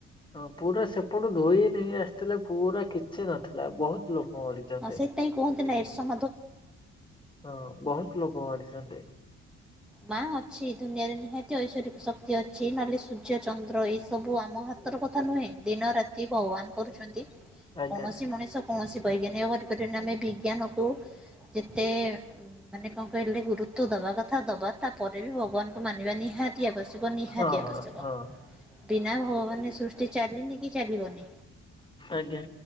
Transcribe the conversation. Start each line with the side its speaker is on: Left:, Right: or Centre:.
Left: ହଁ ପୁରା ସେପଟୁ ଧୋଇ ନେଇ ଆସିଥିଲା ପୁରା କିଛି ନଥିଲା ବହୁତ ଲୋକ ମରିଛନ୍ତି।
Centre: ହଁ ସେଇଥିପାଇଁ କୁହନ୍ତି ନା ଏର୍େ
Left: ହଁ ବହୁତ ଲ ମାରି ଜରେ
Centre: ମା ଅଛି ଦୁନିଆରେ ନିହାତି ଐଶ୍ଵରିକ ଶକ୍ତି ଅଛି ନହେଲେ ସୂର୍ଯ୍ୟ ଚନ୍ଦ୍ର ଏଇ ସବୁ ଆମ ହାତ କଥା ନୁହେଁ ଦିନ ରାତି ଭଗବାନ କରୁଛନ୍ତି
Left: ଆଜ୍ଞା
Centre: କୌଣସି ମଣିଷ କୌଣସି ବୈଜ୍ଞାନିକ ଅଧପତି ଆମେ ବିଜ୍ଞାନକୁ ଯେତେ ମାନେ କଣ କହିଲେ ଗୁରୁତଵ ଦବା କଥା ଦବା ତାପରେ ବି ଭଗବାନଙ୍କୁ ମାନିବା ନିହାତି ଆବଶ୍ୟ ନିହାତିଆ
Left: ହଁ ହଁ
Centre: ପୁଶ୍ୟକ
Left: ହଁ
Centre: ବିନା ଭଗବାନ ସୃଷ୍ଟି ଚାଲିନି କି ଚାଲିବନି
Left: ଆଜ୍ଞା।